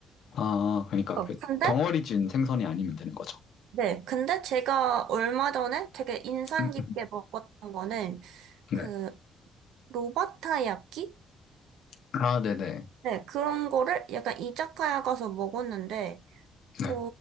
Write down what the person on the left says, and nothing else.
아, 그러니까
그
덩어리 진 생선이 아니면 되는 거죠.
음,
음.
네.
아, 네네.
네.